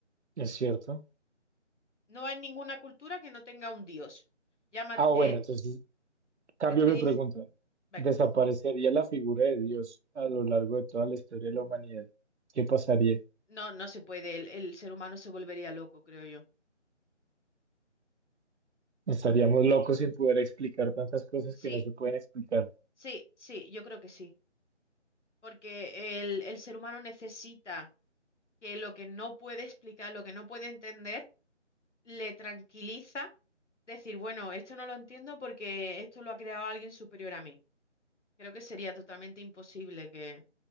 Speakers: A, on the right; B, on the left.
A: ¿Es cierto?
B: No hay ninguna cultura que no tenga un dios. Llama,
A: Ah,
B: eh,
A: bueno, entonces cambio
B: te estoy
A: mi
B: diciendo,
A: pregunta.
B: venga,
A: ¿Desaparecería la figura de Dios a lo largo de toda la historia de la humanidad? ¿Qué pasaría?
B: no, no se puede, el, el ser humano se volvería loco, creo yo.
A: Estaríamos locos sin poder explicar tantas cosas que
B: Sí,
A: no se pueden explicar.
B: sí, sí, yo creo que sí, porque el, el ser humano necesita que lo que no puede explicar, lo que no puede entender, le tranquiliza, decir, bueno, esto no lo entiendo porque esto lo ha creado alguien superior a mí. Creo que sería totalmente imposible que,